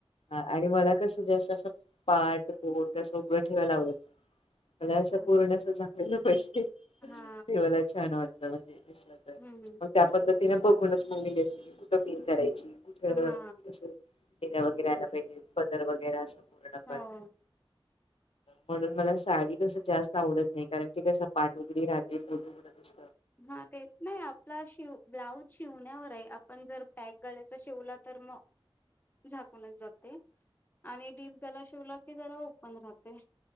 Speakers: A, on the left; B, on the left.
A: हा आणि मला कसं जास्त असं पाट पोट असं उगडा ठेवायला आवडत मला
B: अच्छा
A: असं पूर्ण अस झागलेलं पाहिजे ते
B: हा
A: मला छान वाटतं म्हणजे दिसत.
B: हम् हम
A: त्या पद्धतीने बघूनचली अस नाही कुठं पिन करायची कुठवर.
B: हा
A: हिजे पदर वगैरे असं पूर्णप
B: हो
A: म्हणून मला साडी कसं जास्त आवडत नाही कारण ते कसं पाठ वगैरे राहते पुढ अस
B: हा तेच नाही आपला शव ब्लाऊज शिवण्यावर आहे आपण जर पॅक ग शिवला तर मग झाकूनच जाते आणि डीप गला शिवला की जरा ओपन राहते.